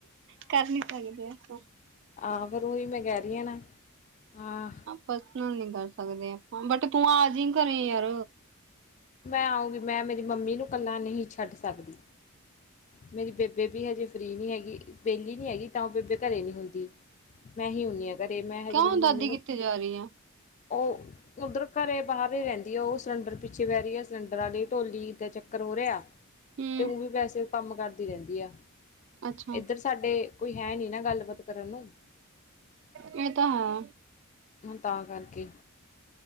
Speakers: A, on the right; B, on the left.
A: ਕਰ ਨੀ ਸਕਦੇ ਆਪਾਂ।
B: ਹਾਂ ਫਿਰ ਉਹੀ ਮੈਂ ਕਹਰੀ ਹਾਂ ਨਾ। <inaudible> ਹਾਂ
A: ਪਰਸਨਲ ਨੀ ਕਰ ਸਕਦੇ ਆਪਾਂ, ਬਟ ਤੂੰ ਅਜਾਈਂ ਘਰੇ ਯਾਰ।
B: ਮੈਂ ਆਉਗੀ, ਮੈਂ ਮੇਰੀ ਮੰਮੀ ਨੂੰ ਇਕੱਲਾ ਨਹੀਂ ਛੱਡ ਸਕਦੀ। ਮੇਰੀ ਬੇਬੇ ਵੀ ਹਜੇ ਫਰੀ ਨਹੀਂ ਹੈਗੀ, ਵਿਹਲੀ ਨੀ ਹੈਗੀ ਤਾਂ ਉਹ ਬੇਬੇ ਘਰੇ ਨਹੀਂ ਹੁੰਦੀ, ਮੈਂ ਹੀ ਹੁਨੀ ਘਰੇ ਮੈਂ ਹਜੇ
A: ਕਿਉਂ
B: ਮੇਰੀ
A: ਦਾਦੀ
B: ਮਮੀ ਨੂੰ,
A: ਕਿੱਥੇ ਜਾ ਰਹੀ ਆ
B: ਉਹ ਉਧਰ ਘਰੇ ਬਾਹਰ ਹੀ ਰਹਿੰਦੀ ਆ, ਉਹ ਸਿਲੰਡਰ ਪਿੱਛੇ ਬਹਿ ਰਹੀ ਹੈ। ਸਿਲੰਡਰ ਵਾਲੇ ਢੋਲੀ ਤਗ ਚੱਕਰ ਹੋ ਰਿਹਾ।
A: ਹੂੰ
B: ਤੇ ਉੰ ਵੀ ਪੈਸੇ ਕੰਮ ਕਰਦੀ ਰਹਿੰਦੀ ਆ।
A: ਅੱਛਾ
B: ਇੱਧਰ ਸਾਡੇ ਕੋਈ ਹੈ ਨੀ ਨਾ ਗੱਲਬਾਤ ਕਰਨ ਨੂੰ।
A: ਇਹ ਤਾਂ ਹੈ।
B: ਹੁਣ ਤਾਂ ਕਰਕੇ।